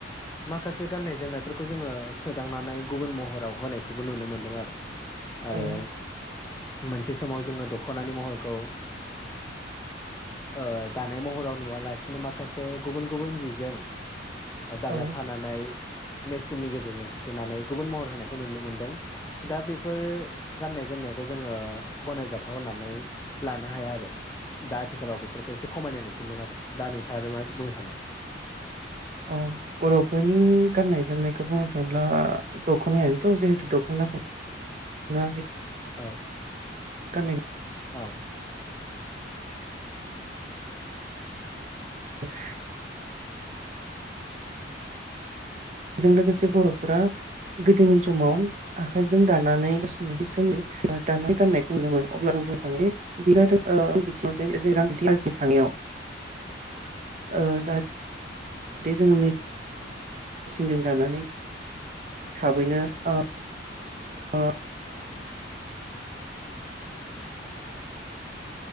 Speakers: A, on the left; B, on the right.
A: माखासे गाननाय जोमनायफोरखौ जोङो सोदांनानै गुबुन महराव होनायखौबो नुनो मोन्दों आरो आरो
B: औ
A: मोनसे समाव जोङो दख'नानि महरखौ ओ दानाय महराव नुवालासिनो माखासे गुबुन गुबुन जिजों दाजाबफानानै
B: औ
A: मेसिननि गेजेरजों सुथेनानै गुबुन महर होनायखौ नुनो मोनदों दा बेफोर गाननाय जोमनायखौ जोङो गनायजाथाव होननानै लानो हाया आरो दा आथिखालाव बेफोरखौ एसे खमायनाय नुफिनदों आरो दा नोंथाङा आरो मा बुंनो सानो
B: औ बर'फोरनि गाननाय जोमनाय बुंनो थांब्ला दखनायाथ जेहेथु दखना ना
A: औ
B: <unintelligible> <unintelligible>
A: औ
B: <inaudible> बेजों लोगोसे बर'फोरा गोदोनि समाव आखाइजों दानानै <unintelligible> दानानै गाननायखौ नुनो मोनो अब्ला जों बुंनो <unintelligible> बे जादों <unintelligible> ओ बिथिंयाव <unintelligible> थांनायाव ओ जाहाथ थे जोङो <unintelligible> मेसिनजों दानानै थाबैनो अ अ